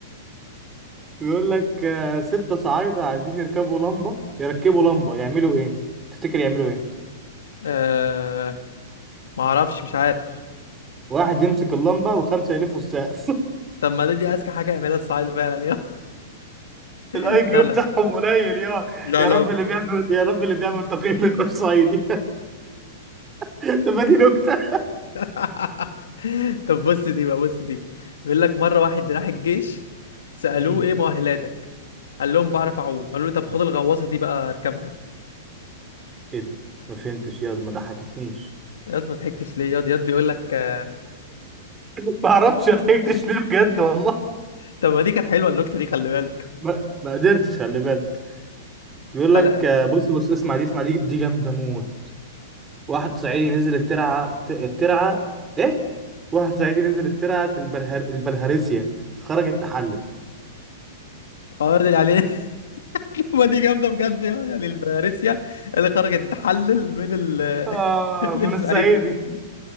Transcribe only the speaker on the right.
بيقول لك آه، ستة صعايدة عايزين يركبوا لمبة يركبوا لمبة يعملوا ايه؟ تفتكر يعملوا ايه؟
واحد يمسك اللمبة وخمسة يلفوا السقف <laughs>
الاي كيو
بتاعهم قليل يا
يا
رب اللي بيعمل يا رب اللي بيعمل تقييم ما يبقاش صعيدي <laughs> طب ما دي نكتة
امم
ايه ده؟ ما فهمتش يا ما ضحكتنيش
<laughs> ما اعرفش ضحكتش ليه بجد والله
ما, ما قدرتش خلي بالك بيقول لك
آه، بص بص اسمع دي اسمع دي دي جامدة موت واحد صعيدي نزل الترعه ت- الترعه ايه واحد صعيدي نزل الترعه البلهر... البلهارسيا خرج التحلل
آه
من
الصعيدي